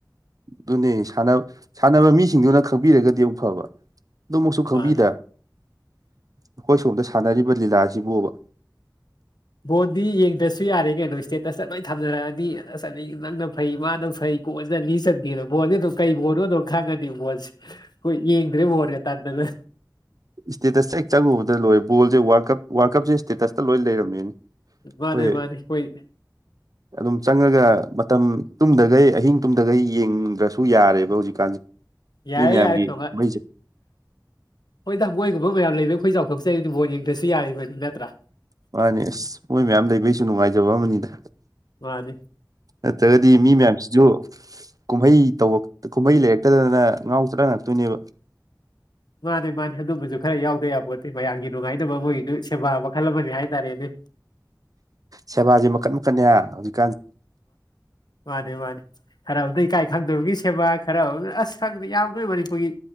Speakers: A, on the right (about 55°); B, on the left (about 70°).
A: ꯑꯗꯨꯅꯦ ꯁꯥꯟꯅꯕ ꯃꯤꯁꯤꯡꯗꯨꯅ ꯈꯪꯕꯤꯔꯒꯗꯤ ꯑꯃꯝꯛ ꯐꯕ ꯑꯗꯨꯃꯛꯁꯨ ꯈꯪꯕꯤꯗ
B: ꯃꯥꯅꯦ
A: ꯑꯩꯈꯣꯏ ꯁꯣꯝꯗ ꯁꯥꯟꯅꯔꯤꯕ ꯂꯤꯂꯥ ꯑꯁꯤꯕꯨꯕ
B: ꯕꯣꯣꯟꯗꯤ ꯌꯦꯡꯗ꯭ꯔꯁꯨ ꯌꯥꯔꯦ ꯀꯩꯅꯣ ꯏꯁꯇꯦꯠꯇ ꯆꯠꯂꯣꯏ ꯊꯝꯅꯔꯛꯑꯗꯤ ꯆꯠꯅ ꯅꯪꯅ ꯐꯩ ꯃꯥꯅ ꯐꯩ ꯖꯅ ꯂꯤ ꯀꯗ ꯕꯣꯟꯁꯦ ꯑꯗꯨꯝ ꯀꯩ ꯕꯣꯜꯅꯣ ꯑꯗꯨꯝ ꯈꯪꯉꯅꯤꯕ ꯕꯣꯁꯦ ꯍꯈꯣꯏ ꯌꯦꯡꯗ꯭ꯔꯦ ꯃꯕꯣꯜꯁꯦ ꯇꯟꯗꯅ
A: ꯏꯁꯗꯤꯦ ꯇꯁ ꯆꯒꯨ ꯕꯣꯜꯁꯦ ꯋꯥꯔꯜ ꯀꯞ ꯋꯥꯔꯜ ꯀꯞꯁꯦ ꯏꯁꯇꯦꯇꯁꯇ ꯂꯣꯏ ꯂꯩꯔꯝꯃꯦꯅꯤ ꯑꯩꯈꯣꯏ
B: ꯃꯥꯅꯦ ꯃꯥꯅꯦ ꯍꯣꯏ
A: ꯑꯗꯨꯝ ꯆꯪꯉꯒ ꯃꯇꯝ ꯇꯨꯝꯗꯈꯩ ꯑꯍꯤꯡ ꯇꯨꯝꯗꯒꯩ ꯌꯦꯡꯗ꯭ꯔꯁꯨ ꯌꯥꯔꯦꯕ ꯍꯧꯖꯤꯛꯀꯥꯟꯁꯦ
B: ꯌꯥꯔꯦ
A: ꯃꯤ ꯃꯌꯥꯝꯒꯤ
B: ꯌꯥꯔꯦ ꯇꯉ
A: ꯀꯨꯝꯍꯩꯁꯦ
B: ꯍꯣꯏ ꯊꯒꯣꯏꯒꯨꯝꯕ ꯃꯌꯥꯝ ꯂꯩꯕ ꯑꯩꯈꯣꯏ ꯆꯥꯎꯊꯣꯛꯆꯔꯤꯗꯨꯕ ꯌꯦꯡꯗꯁꯨ ꯌꯥꯔꯤꯕꯅꯤ ꯅꯠꯇ꯭ꯔꯥ
A: ꯃꯥꯅꯦ ꯑꯁ ꯃꯣꯏ ꯃꯌꯥꯝ ꯂꯩꯕꯩꯁꯨ ꯅꯨꯡꯉꯥꯏꯖꯕ ꯑꯃꯅꯤꯗ
B: ꯋꯥꯗꯤ
A: ꯅꯠꯇ꯭ꯔꯒꯗꯤ ꯃꯤ ꯃꯌꯥꯝꯁꯤꯁꯨ ꯀꯨꯝꯍꯩ ꯇ ꯀꯨꯝꯍꯩ ꯂꯩꯔ ꯍꯇꯗꯅ ꯉꯥꯎꯇꯔ ꯉꯥꯛꯇꯣꯏꯅꯦꯕ
B: ꯃꯥꯅꯦ ꯃꯥꯅꯦ ꯑꯗꯨꯝꯕꯁꯨ ꯈꯔ ꯌꯥꯎꯗ ꯌꯥꯄꯣꯠꯇꯦ ꯃꯌꯥꯝꯒꯤ ꯅꯨꯡꯉꯥꯏꯅꯕ ꯃꯣꯏ ꯑꯗꯨ ꯁꯦꯕꯥꯕ ꯈꯜꯂꯕꯅꯦ ꯍꯥꯏꯇꯥꯔꯦ ꯑꯗꯨ
A: ꯁꯦꯕꯥꯁꯤꯦ ꯃꯈꯟ ꯃꯈꯟꯅꯦ ꯍꯧꯖꯤꯛ
B: ꯃꯥꯅꯤ ꯃꯥꯅꯤ ꯈꯔꯥꯎꯗ ꯏꯀꯥꯏ ꯈꯪꯗꯕꯒꯤ ꯁꯦꯕꯥ ꯈꯔ ꯑꯁ ꯈꯪꯗꯦ ꯌꯥꯝꯗꯣꯏ ꯃꯅꯤꯄꯨꯔꯒꯤ